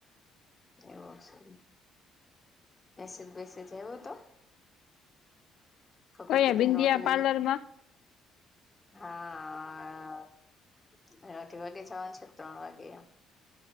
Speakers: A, on the left; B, on the left.
A: એવો છે મેસેજ બેસેજ આયવો તો, કંકોત્રી
B: કયા બિંદિયા
A: નોટ મેની
B: પાર્લરમાં
A: હા... અ અઢી વાગે જવાન છે ત્રણ વાગે,